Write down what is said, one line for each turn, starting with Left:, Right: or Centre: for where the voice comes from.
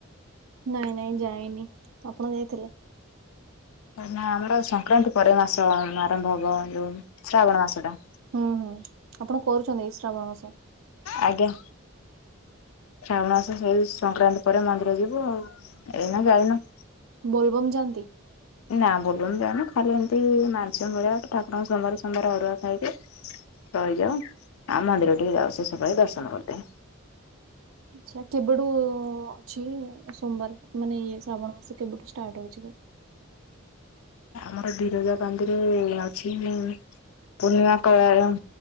Right: ନାଇଁ ନାଇଁ ଯାଇନି ଆପଣ ଯାଇଥିଲେ?
Left: ନା ଆମର ସଂକ୍ରାନ୍ତି ପରେ ମାସ ଆରମ୍ଭ ହବ ଯଉ ଶ୍ରାବଣ ମାସଟା।
Right: ହୁଁ ହୁଁ ଆପଣ କରୁଛନ୍ତି ଏଇ ଶ୍ରାବଣ ମାସ?
Left: ଆଜ୍ଞା। ଶ୍ରାବଣ ମାସ ସେଇ ସଂକ୍ରାନ୍ତି ପରେ ମନ୍ଦିର ଯିବୁ ଆଉ ଏଇନା ଜାଇନୁ।
Right: ବୋଲବମ୍ ଯାଆନ୍ତି?
Left: ନା ବୋଲବମ୍ ଜାଏନି ଖାଲି ଏମିତି ମାନଶିକ ଭଳିଆ ଠାକୁରଙ୍କୁ ସୋମବାର୍ ସୋମବାର୍ ଅରୁଆ ଖାଇଦିଏ। ରହିଯାଉ ଆଉ ମନ୍ଦିର ଟିକେ ଯାଉ ସେଷ ପାଳି ଦର୍ଶନ କରିତେ।
Right: ଆଛା କେବେଠୁ ଅଛି ସୋମବାର ମାନେ ଇଏ ଶ୍ରାବଣ ମାସ କେବେଠୁ ଷ୍ଟାର୍ଟ ହଉଛି କି?
Left: ଆମର ବିରଜା ପାଞ୍ଜିରେ ଅଛି ମୁଁ ପୂର୍ଣ୍ଣିମା କଳା ଯଉ